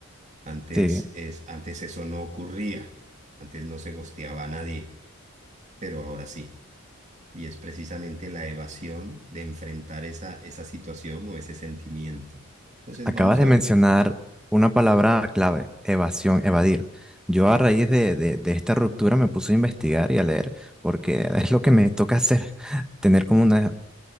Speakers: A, on the right (about 30°); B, in the centre.
A: Antes,
B: Sí,
A: es, antes eso no ocurría. Antes no se ghosteaba a nadie, pero ahora sí y es precisamente la evasión de enfrentar esa, esa situación o ese sentimiento. Entonces
B: acabas
A: vamos
B: de
A: a...
B: mencionar una palabra clave, evasión, evadir. Yo
A: Sí,
B: a raíz de, de, de esta ruptura me puse a investigar y a leer porque es lo que me toca hacer, <laughs> tener como una